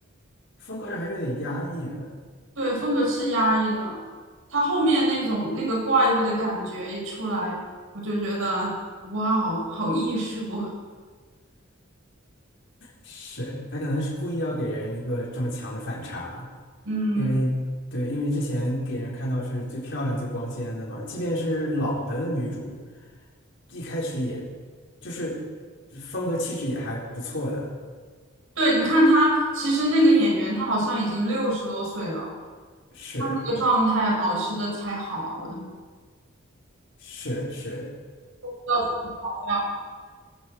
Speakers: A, on the left (about 60°); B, on the right (about 75°).
A: 风格上还是有点压抑的，
B: 对，风格是压抑的，他后面那种那个怪物的感觉一出来，我就觉得哇哦，好艺术啊。
A: 是他可能是故意要给人一个这么强的反差，
B: 嗯，
A: 因为对，因为之前给人看到是最漂亮、最光鲜的嘛，即便是老的女主，一开始也就是风格气质也还不错的，
B: 对，你看他，其实那个演员他好像已经六十多岁了，
A: 是
B: 他那个状态啊保持的才好啊！我的妈，
A: 是是，
B: 不知道怎么样。